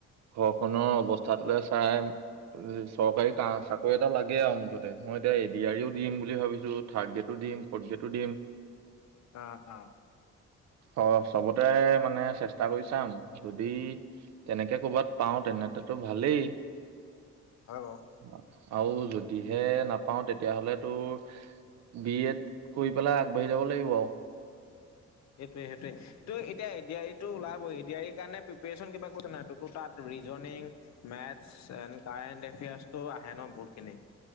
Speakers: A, on the right; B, on the left.
A: ঘৰখনৰ অৱস্থাটোলে চাই চৰকাৰী চাকৰি এটা লাগে আৰু মুঠতে মই এতিয়া এডিও দিম বুলি ভাবিছো থাৰ্ড গ্ৰেডো দিম ফৰ্থ গ্ৰেডো দিম।
B: অ -অ
A: অ 'চব মানে চেষ্টা কৰি চাম যদি তেনেকে কৰ'বাত পাও তেনেো ভালেই।
B: হয় বাৰু।
A: অ' আৰু যদিহে নাপাওঁ তেতিয়াহলে তোৰ বি এড কৰি পেলাই আগবাঢ়ি যাব লাগিব আৰু।
B: সটোোৱে সেইটোৱে ত' এতিয়া এডিটো ওলাব এডি আৰ ইৰ কাৰণে প্ৰিপচন কিবা কৈছে নাই ত তাত ৰিজনং মেথছ এ কাৰেণ্ট এফেয়াৰ্চটো আহে ন বহুতখিনি